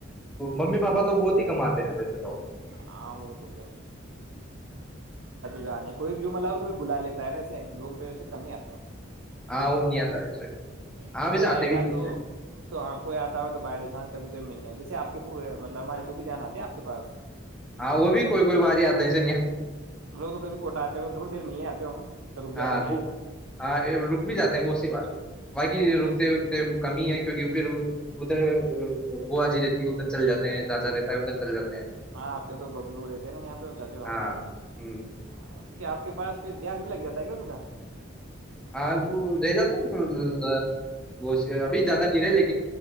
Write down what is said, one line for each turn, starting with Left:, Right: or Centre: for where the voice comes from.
Centre: ممی پاپا تو بہت ہی کماتے ہیں ویسے لوگ
Right: ہاں وہ تو جانے کوئی ما اور کوئی بلا لیتا ہے نا ایس روم پہ ویسے کمی ہی آتے ہیں
Centre: ہاں وہ نہیں آتا وس ہاں
Right: اور
Centre: ویس
Right: کوئی آئے
Centre: آتے بھی
Right: گا
Centre: نہیںت
Right: تو تو ہاں کوئی آتا ہو تو باہران کبھی کبھی ملنے ہے جیسے آ کے مطلب ہمارے پوبی جان آتے ہیں آپ پاس
Centre: ہاں وہ بھی کوئی کوئی باری آتا ایسے نہیں
Right: ہم لوگ تو کبھی کوٹا آتے ہوں گے، تھوڑی ملنے آتے ہوں گے تو رک
Centre: ہاں
Right: جاتے نائٹ
Centre: ہاں رک بھی جاتے ہیں وہی بار باقی
Right: اچھا
Centre: رکتے رکتے کمی ہی ہے کیہ پھر ادھر گوا جی رہتی ہے ادھر چل جاتے ہیں ججا رہتا ہے ادھر چل جاتا
Right: ہاں آپ کے تو ببلو رہے تھے نا یہاں پہ چاچا آپ
Centre: ہاں
Right: کے
Centre: ہوں
Right: آپ کے پاس پھر دھیان بھی لگ جاتا ہے کیا ان کا
Centre: ہاں وہ رہ جاتا ہے ابھی زیادہ نہیں رہے لیکن